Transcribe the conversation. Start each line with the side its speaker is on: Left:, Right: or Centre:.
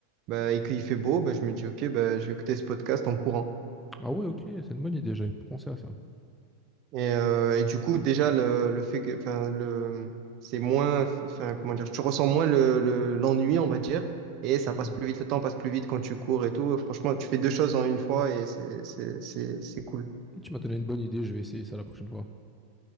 Right: bah, et qu'il fait beau, bah, je me dis, OK, bah, je vais écouter ce podcast en courant.
Centre: ah ouais, ok, c'est une bonne idée, j'avais pas pensé à ça.
Right: Et, euh, et du coup, déjà, le, le fait que, enfin, le, c'est moins, enfin, comment dire, tu ressens moins le, le- l'ennui, on va dire, et ça
Centre: Mhm.
Right: passe plus vite, le temps passe plus vite quand tu cours et tout. Franchement, tu fais deux choses en une fois et c'est, c'est, c'est, c'est cool.
Centre: Et Tu m'as donné une bonne idée, je vais essayer ça la prochaine fois.